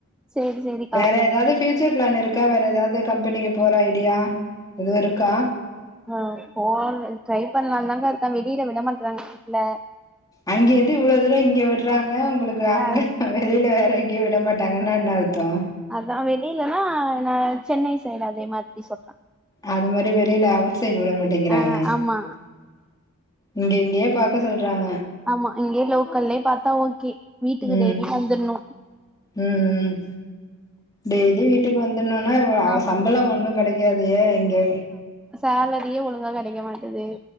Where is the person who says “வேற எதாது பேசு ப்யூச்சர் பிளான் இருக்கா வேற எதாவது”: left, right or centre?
Left